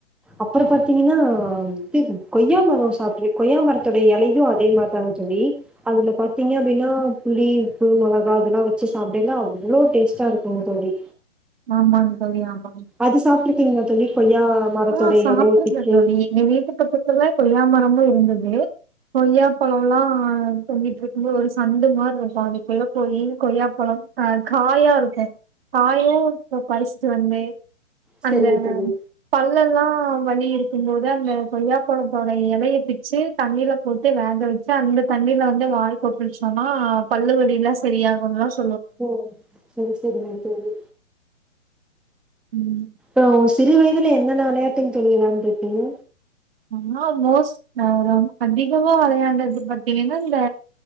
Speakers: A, in the centre; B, on the right.
A: அப்புற பாத்தீங்கன்னா இ கொய்யா மரோ சாப்பிட்டுருக் கொயாமரத்தோட இலையு அதே மாரிதாங்க தோழி அதுல பாத்தீங்க அப்டின்னா புளி உப்பு மொளகா அதெல்லா வச்சு சாப்பிடேல்லா அவ்ளோ டேஸ்ட்டா இருக்குங்க தோழி
B: ஆமாங்க தோழி ஆமா
A: அது சாப்ட்ருக்கீங்களா தோழி கொய்யா மரத்துடைய
B: ஆ சாப்பிட்ருக்க
A: எலைய பிச்சு
B: தோழி எங்க வீட்டு பக்கத்துல கொய்யா மரமு இருந்து கொய்யாப்பழோலா தொங்கிட்ருக்கும்போது ஒரு சந்து மாரி இருக்கும் அதுக்குள்ள போயி கொய்யாப்பழோ அ காயா இருக்கும் காய போ பறிச்சுட்டு வந்து
A: சேரிங்க
B: அந்த
A: தோழி
B: பல்லெல்லா வலி இருக்கும்போது அந்த கொய்யாப்பழத்தோட எலய பிச்சு தண்ணியில போட்டு வேக வச்சு அந்த தண்ணில வந்து வாய் கொப்புழுச்சோன்னா பல்லு வலிலா செரியாகும்லா சொ
A: ஓ சேரி சேரிங்க தோழி
B: ம்
A: அ ஓ சிறு வயதுல என்னென்ன விளையாட்டுங்க தோழி விளாண்டுருக்கீங்க
B: <unintelligible> மோஸ் நா அதிகமா வெளையாண்டது பாத்தீங்கன்னா இந்த